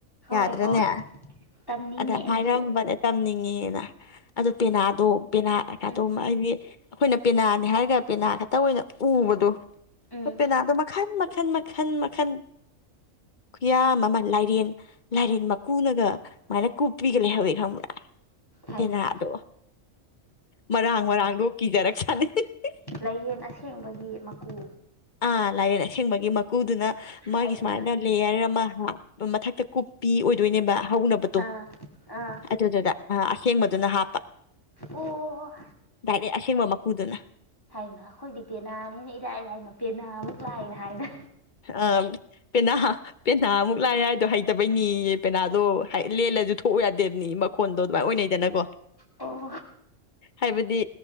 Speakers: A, on the left; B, on the left.
A: ꯍꯣꯏ
B: ꯌꯥꯗ꯭ꯔꯅꯦ
A: ꯍꯣꯏ ꯇꯝꯅꯤꯡꯉꯦ
B: ꯑꯗ
A: ꯑꯩꯁꯨ
B: ꯍꯥꯏꯔꯝꯕꯅꯦ ꯇꯝꯅꯤꯡꯉꯤ ꯑꯗꯨ ꯄꯦꯅꯥꯗꯣ ꯄꯦꯅꯥ ꯀꯩꯀꯗꯣ
A: ꯎꯝ
B: ꯍꯥꯏꯗꯤ ꯑꯩꯈꯣꯏꯅ ꯄꯦꯅꯥꯅꯦ ꯍꯥꯏꯔꯒ ꯄꯦꯅꯥ ꯈꯠꯇꯥ ꯑꯣꯏꯅꯥ ꯎꯕꯗꯣ
A: ꯎꯝ
B: ꯄꯦꯅꯥꯗꯣ ꯃꯈꯜ ꯃꯈꯜ ꯃꯈꯟ ꯃꯈꯜ ꯈꯨꯌꯥꯝ ꯑꯃ ꯂꯥꯏꯔꯦꯟ ꯂꯥꯏꯔꯦꯟ ꯃꯀꯨꯅꯒ ꯁꯨꯃꯥꯏꯅ ꯀꯨꯞꯄꯤꯒ ꯂꯩꯍꯧꯋꯦ ꯈꯪꯕ꯭ꯔꯥ
A: ꯍꯩꯃ
B: ꯄꯦꯅꯥꯗꯣ ꯃꯔꯥꯡ ꯃꯔꯥꯡꯗꯣ ꯀꯤꯖꯔꯛꯁ ꯑ <inaudible> <unintelligible>
A: ꯂꯩꯌꯦꯦꯟ ꯑꯁꯦꯡꯕꯒꯤ ꯃꯀꯨ
B: ꯑꯥ ꯂꯥꯏꯔꯦꯟ ꯑꯁꯦꯡꯕꯒꯤ ꯃꯀꯨꯗꯨꯅ ꯃꯥꯒꯤ
A: ꯍꯩꯃ
B: ꯁꯨꯃꯥꯏꯅ ꯂꯦꯌꯔ ꯑꯃ ꯃꯊꯛꯇ ꯀꯨꯞꯄꯤ ꯑꯣꯏꯗꯣꯏꯅꯦꯕ꯫ ꯍꯧꯅꯕꯗꯣ
A: ꯑꯥ ꯑꯥ
B: ꯑꯗꯨꯗꯨꯗ꯫ ꯑ ꯑꯁꯦꯡꯕꯗꯨꯅ ꯍꯥꯞꯄ
A: ꯑꯣ
B: ꯗꯥꯏꯔꯦꯛ ꯑꯁꯦꯡꯕ ꯃꯀꯨꯗꯨꯅ꯫
A: ꯍꯥꯏꯃ ꯑꯩꯈꯣꯏꯗꯤ ꯇꯦꯅꯥꯅꯤꯅ ꯏꯔꯥꯏ ꯂꯥꯏꯅ꯫ ꯇꯦꯅꯥ ꯃꯨꯛ ꯂꯥꯏꯅ ꯍꯥꯏꯗ꯫
B: ꯑ ꯄꯦꯅꯥ ꯄꯦꯅꯥꯃꯨꯛ ꯂꯥꯏ ꯍꯥꯏꯗꯣ ꯍꯩꯇꯕꯩꯅꯤꯌꯦ ꯄꯦꯅꯥꯗꯣ ꯂꯦꯜꯂꯁꯨ ꯊꯣꯛꯎ ꯌꯥꯗꯦꯕꯅꯤ ꯃꯈꯣꯟꯗꯣ ꯑꯗꯨꯃꯥꯏꯅ ꯑꯣꯏꯅꯩꯗꯅꯀꯣ
A: ꯑꯣ
B: ꯍꯥꯏꯕꯗꯤ